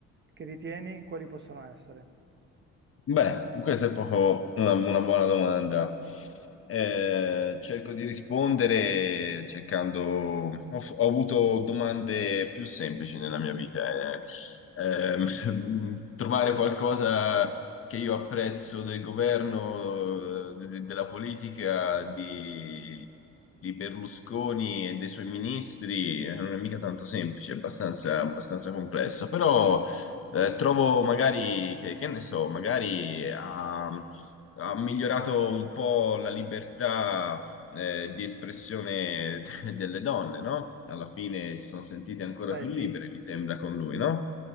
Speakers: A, on the right (about 40°); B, on the left (about 45°).
A: che ritieni, quali possono essere?
B: Beh, questa è proprio una, una buona domanda. Eh, cerco di rispondere cercando... Ho, f- ho avuto domande più semplici nella mia vita. eh. Ehm, <laughs> trovare qualcosa che io apprezzo del governo, eh, de- de- della politica, di, di Berlusconi e dei suoi ministri, eh, non è mica tanto semplice, è abbastanza, abbastanza complesso, però... Eh, trovo magari, che, che ne so, magari ha, ha migliorato un po' la libertà eh, di espressione <laughs> delle donne, no? Alla fine si sono sentite ancora
A: Beh,
B: più
A: sì.
B: libere, mi sembra, con lui, no?